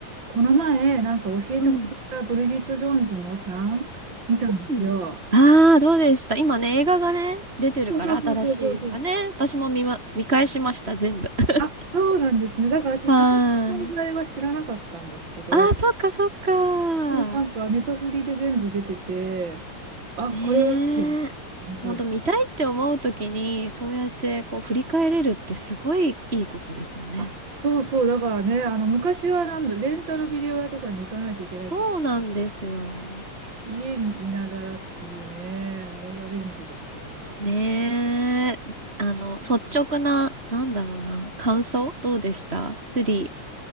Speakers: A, on the right (about 40°); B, on the right (about 20°).
A: この前、なんか教えてもらったブリジット・
B: うん。
A: ジョーンズのさん見たんですよ。
B: うん。ああ、どうでした今ね、映画がね、出てるから、
A: そうそうそうそうそうそう。
B: 新しいのがね。私も見ま、見返しました、全部。<laughs>
A: あ、そうなんですね。だから私、
B: はーい。
A: さんの存在は知らなかったんですけど、
B: ああ、そっか、そっか。
A: でもなんかネタフリで全部出てて、あ、
B: ねえ。
A: これはいいや、見たん
B: ほんと、見たいって思うときに、そうやって、こう、振り返れるってすごいいいことですよね。
A: あ、そうそう、だからね、あの昔はなんだ、レンタルビデオ屋とかに行かないといけないって、
B: そうなんですよ。
A: 家にいながらっていうね、あれが便利ですよね。
B: ねえ。あの、率直な、なんだろうな、感想どうでしたスリ